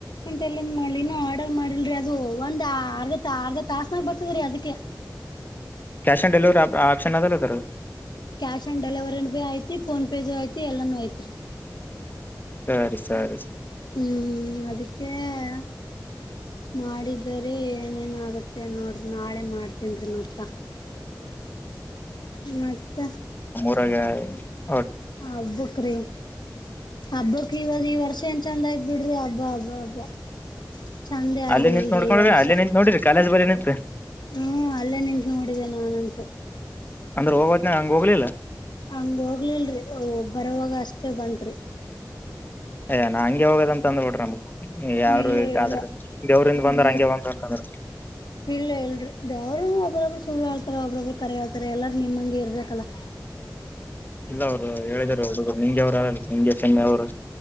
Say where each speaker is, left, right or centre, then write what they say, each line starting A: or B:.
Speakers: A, on the left; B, on the left.
A: ಎಲ್ಲಿ ಮಾಡ್ಲಿ ಇನ್ನು ಆಡರ್ಮಾಡಿಲ್ರರಿ ಅದು. ಒಂದ್ ಅರ್ಧ -ಅರ್ಧ ತಾಸ್ನಾಗ ಬರ್ತದ್ರೀ ಅದಕ್ಕೆ.
B: ಕ್ಯಾಶ ಆನ್ ಡೆಲಿವರಿ ಆಪ್ಶನ ಆದಲ್ಲಿದರಗ.
A: ಕ್ಯಾಶ್ ಆನ್ ಡೆಲಿವರಿ ಭಿ ಐತಿ ಫೋನ್ ಪೇದು ಐತಿ ಎಲ್ಲಾನೂ ಐತ್ರಿ.
B: ಸರಿ, ಸರಿ, ಸರಿ
A: ಹ್ಮ್, ಅದಕ್ಕೆೇ- ಮಾಡಿದರೆ ಏನೇನಾಗುತ್ತೆ ನೋಡ್ರಿ ನಾಳೆ ಮಾಡ್ತನ್ರಿ ಮತ್ತ. <inaudible> ಮತ್ತ
B: ಗ <unintelligible> <inaudible>
A: ಹಬ್ಬಕ್ರಿ, ಹಬ್ಬಕ್ ಇವದ ಈ ವರ್ಷ ಏನ್ ಚಂದ ಆಯ್ತ್ ಬಿಡ್ರಿ ಹಬ್ಬ. ವಾ ವಾ ವಾ <unintelligible> ಚಂದೆ ಆಗ್ಲಿಲ್ರಿಈ
B: ಅಲ್ಲೇ ನಿಂತ್ ನೋಡ್ಕೊಂಡ್ರಿ
A: ವರ್ಷ
B: ಅಲ್ಲೇ ನಿಂತ್ ನೋಡಿರಿ ಕಾಲೇಜ್ ಬಳಿ ನಿಂತ್
A: ಹ್ಮ್ಅಲ್ಲೇ ನಿ, ನೋಡಿದೆ ನಾನಂತೂ.
B: ಅಂದ್ರೆ ಹೋಗೋತನಗ ಹಂಗ ಹೋಗ್ಲಿಲ್ಲ. -
A: ಹಂಗಹೋಗ್ಲಿಲ್ ರಿ ಬರೋವಾಗ ಅಷ್ಟೇ ಬಂತರಿ.
B: ಅಯ್ಯಾ ನಾ ಹಂಗೆ ಹೋಗೋದ ಅಂತ ಅಂದ್ ಬಿಡ್ರ ನಮ್ಗ. ಯಾರು
A: ಇಲ್ಲ ಇಲ್ಲ
B: ದೇವ್ರಿದ ಬಂದ
A: ಇಲ್ಲ
B: ಹಂಗೆ ಬಂದಂತಂದ್ರ.
A: ಇಲ್ಲ, ಇಲ್ರಿ ದೇವ್, ರು ಒಬಬ್ ಸುಳ್ ಹೇಳ್ತಾರ ಒಬ್ಬ್ರೊಬ್ರು ಕರೆ ಹೇಳ್ತಾರೆ ಎಲ್ಲಾರ ನಿಮ್ಮಂಗೆ ಇರ್ಬೇಕಲ್ಲ.
B: ಇಲ್ಲ, ಅವ್ರು ಹೇಳಿದಾರ ಅವರುಹುಡಗರು ನಿಂಗೆ ಅವ್ರು ಆರ ನಿಂಗೆ ಚೆನ್ನೆ ಅವ್ರು.